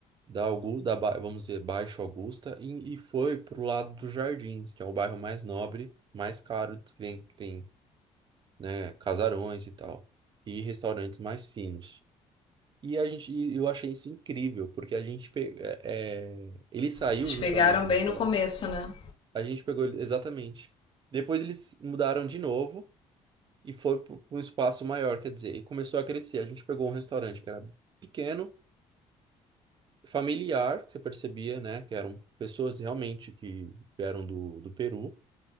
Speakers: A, on the right; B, on the left.
A: da Augusta, da, Ba- vamos dizer, Baixo Augusta, e, e foi pro lado dos Jardins, que é o bairro mais nobre, mais caro que tem, né, casarões e tal, e restaurantes mais finos. E a gente, e eu achei isso incrível, porque a gente pe- é, é, ele saiu
B: vocês pegaram
A: justamente
B: bem
A: daquela.
B: no começo, né?
A: A gente pegou ele exatamente. Depois eles mudaram de novo e foi para um espaço maior, quer dizer, e começou a crescer. A gente pegou um restaurante que era pequeno, familiar, você percebia, né, que eram pessoas realmente que vieram do, do Peru.